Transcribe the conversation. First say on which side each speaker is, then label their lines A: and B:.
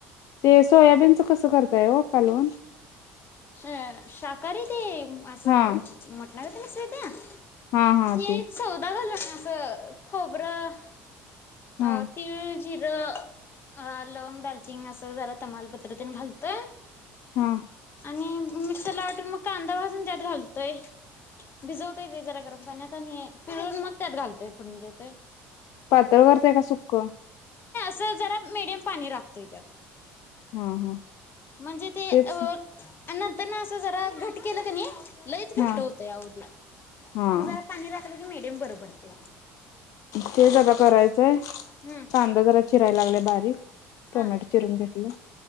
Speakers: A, on the left (about 65°); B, on the left (about 40°).
A: ते सोयाबीनचं कसं करताय हो कालवन?
B: अ शाकाहारी ते हम् असं
A: हा
B: <unintelligible>
A: हा हा
B: की
A: ते
B: सौदा घालना असं खोबरं
A: हा
B: अ तीळ, जीर लवंग, दालचिंनी अस जरा तमालपत्रा तेन घालतोय.
A: हं
B: आणि मिक्सरला वाटून, मग कांदा भाजून त्यात घालतोय, भिजवतोय ते जरा गरम पाण्यात आणि पिळून मग त्यात घालतोय, फोडणी देतोय.
A: पातळ करताय का सुक्क?
B: तर जरा मीडियम पाणी राखतोय त्यात.
A: हा हा
B: म्हणजे ते अ्
A: तेच
B: आणि नंतरन असं जरा घट्ट केलं कनी लयच
A: हा
B: घट्ट होतंय अओ ते,
A: हा
B: मग जरा पाणी राखलं की मीडियम बर- पडतंय.
A: ते जरा करायचंय
B: हम्म
A: कांदा जरा चिराय लागलेय बारीक. टोमॅटो
B: हा
A: चिरून घेतलं.